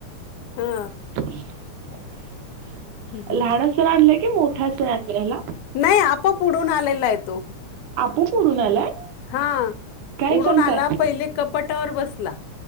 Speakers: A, on the left; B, on the right.
A: हा
B: ह
A: हम् हमम
B: सण आणलंय की मोठा सण आणय हला
A: नाही आपोआप उडून आलेला आहे तो
B: आपोआप उडून आलाय
A: हा
B: काय
A: उडून
B: सांगताय
A: आला पहिले कपाटावर बसला